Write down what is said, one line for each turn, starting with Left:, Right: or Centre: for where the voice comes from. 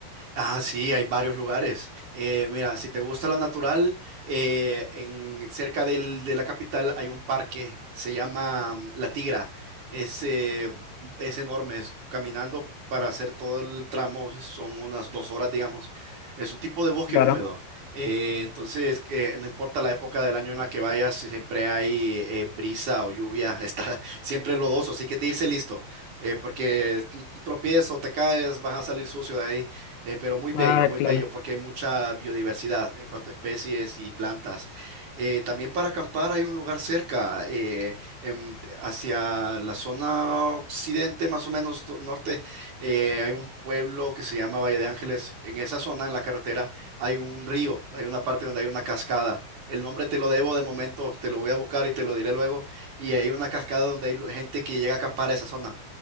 Right: Ah, sí, hay varios lugares. Eh, mira, si te gusta la natural, eh, en, cerca del- de la capital hay un parque, se llama mm, La Tigra. Es, eh, es enorme, es caminando para hacer todo el tramo, son unas dos horas, digamos. Es un tipo de bosque
Left: claro.
Right: húmedo. Eh, entonces, que no importa la época del año en la que vayas, siempre hay eh, brisa o lluvia, <laughs> está siempre lodoso, así que de irse listo, eh, porque un un tropiezo, te caes, vas a salir sucio de ahí. Eh, pero muy bello,
Left: Ah,
Right: muy
Left: claro.
Right: bello, porque hay mucha biodiversidad en cuanto a especies y plantas. Eh, también para acampar hay un lugar cerca, eh, em, hacia la zona occidente, más o menos do- norte, eh, hay un pueblo que se llama Valle de Ángeles. En esa zona, en la carretera, hay un río, hay una parte donde hay una cascada. El nombre te lo debo de momento, te lo voy a buscar y te lo diré luego. Y hay una cascada donde hay lu- gente que llega a acampar a esa zona